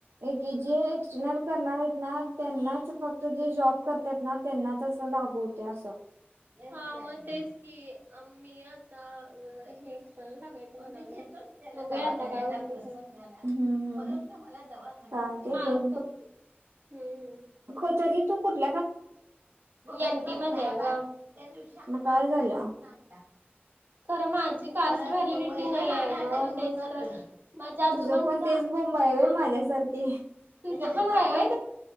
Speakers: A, on the right; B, on the right.
A: ऐ के जी एक्सटर्नल करणार आहेत. ना त्यांनाच फक्त जे जॉब करतात ना त्यांनाच अस लागू होते असं
B: हा मग तेच की मी आता हे एक्सटर्नल टाकायचं म्हणायच बघुया आता काय होते. झा
A: हम्म हम्म
B: परत मला दवाखाण्यात
A: चालते
B: ण्या माये
A: बघ
B: पप हम्म
A: पण तरी तू कुठी
B: एनटी मध्ये आहे ना.
A: मग काय झालं
B: खर माझी कास्ट व्हॅलिडिटी नाही आहे ग तेच तर माझ्या आजोबांचा
A: तुझं पण तेच बोंब आहे
B: हा
A: व्हय माझ्यासारखी
B: तुझ पण आहे